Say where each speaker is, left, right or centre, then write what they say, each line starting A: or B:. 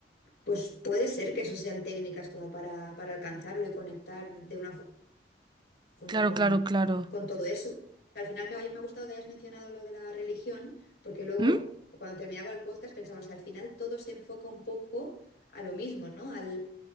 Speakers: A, on the left; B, on the right.
A: Pues puede ser que eso sean técnicas como para, para alcanzarlo y conectar de una forma. profunda
B: Claro,
A: con,
B: claro, claro.
A: con todo eso. Al final me, ha me ha gustado que hayas mencionado lo de la religión, porque luego,
B: ¿Mm?
A: cuando terminaba el podcast, pensaba, o sea, al final todo se enfoca un poco a lo mismo, ¿no? Al